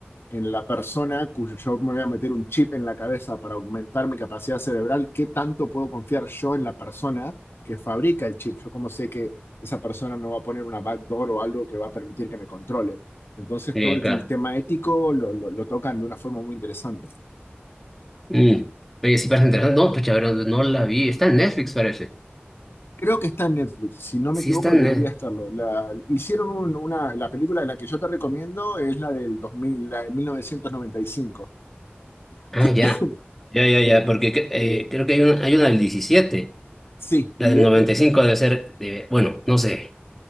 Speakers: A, on the left; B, in the centre.
A: en la persona cuyo yo me voy a meter un chip en la cabeza para aumentar mi capacidad cerebral, ¿qué tanto puedo confiar yo en la persona que fabrica el chip? Yo como sé que esa persona no va a poner una backdoor o algo que va a permitir que me controle. Entonces
B: sí,
A: todo el,
B: claro.
A: el tema ético lo, lo, lo, tocan de una forma muy interesante.
B: Mm. Oye, sí parece interesante. No, pues pero no la vi. Está en Netflix, parece.
A: Creo que está en Netflix, si no
B: Sí,
A: me equivoco
B: está en
A: debería
B: Netflix.
A: estarlo. La, hicieron un, una, la película de la que yo te recomiendo es la del 2000, la de 1995.
B: Ah, ya.
A: <laughs>
B: Ya, ya,
A: que,
B: ya, porque cre- eh,
A: que,
B: creo que hay una, hay una del diecisiete,
A: sí,
B: La
A: y
B: del
A: es,
B: 95 debe ser, eh, bueno, no sé.